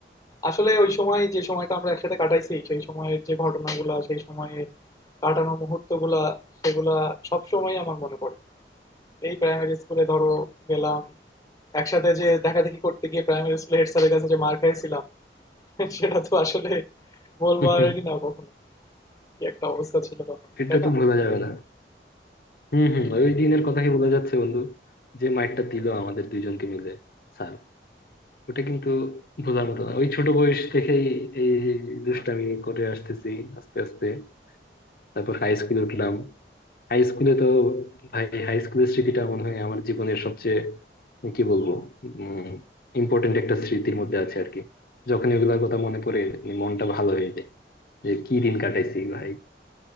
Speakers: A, on the left (about 20°); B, on the left (about 55°).
A: আসলে ওই সময় যে সময়টা আমরা একসাথে কাটাইছি সেই সময়ের যে ঘটনাগুলা সেই সময়ে কাটানো মুহূর্তগুলা সেগুলা সব সময় আমার মনে পড়ে এই প্রাইমারি স্কুলে ধরো গেলাম একসাথে যে দেখাদেখি করতে গিয়ে প্রাইমারি স্কুলে হেড স্যারের কাছে যে মার খাইছিলাম <laughs> সেটা তো আসলে বলবারই
B: হুম, হুম।
A: না কখনো কি একটা অবস্থা ছিল তখন
B: এটা
A: তাই
B: তো
A: না
B: ভোলা যাবে না হম হম ওই দিনের কথাই বোঝা যাচ্ছে বন্ধু যে মাইরটা দিল আমাদের দুইজনকে মিলে স্যার ওটা কিন্তু বোঝার মতো না ওই ছোট বয়স থেকেই এই দুষ্টামি করে আসতেছি আস্তে আস্তে তারপর হাই স্কুলে উঠলাম হাই স্কুলে তো ভাই হাই স্কুলের স্মৃতিটা মনে হয় আমার জীবনের সবচেয়ে কি বলবো উম ইম্পর্টেন্ট একটা স্মৃতির মধ্যে আছে আর কি যখন এগুলার কথা মনে পড়ে মনটা ভালো হয়ে যায় যে কি দিন কাটাইছি ভাই